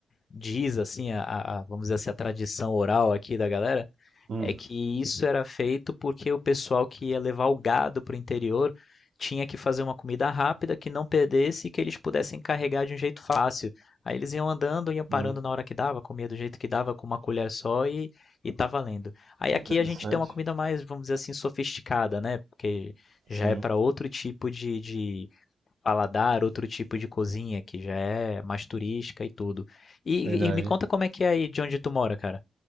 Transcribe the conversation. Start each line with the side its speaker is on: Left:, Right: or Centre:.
Left: diz assim a, a- a- vamos dizer assim, a tradição oral aqui da galera,
Right: hum,
Left: é que isso era feito porque o pessoal que ia levar o gado para o interior tinha que fazer uma comida rápida que não perdesse e que eles pudessem carregar de um jeito fácil. Aí eles iam andando, iam parando
Right: sim,
Left: na hora que dava, comia do jeito que dava, com uma colher só e, e tá valendo. Aí
Right: interessante,
Left: aqui a gente tem uma comida mais, vamos dizer assim, sofisticada, né? Porque já
Right: sim,
Left: é para outro tipo de, de paladar, outro tipo de cozinha, que já é mais turística e tudo. E,
Right: verdade.
Left: e me conta como é que é aí de onde tu mora, cara.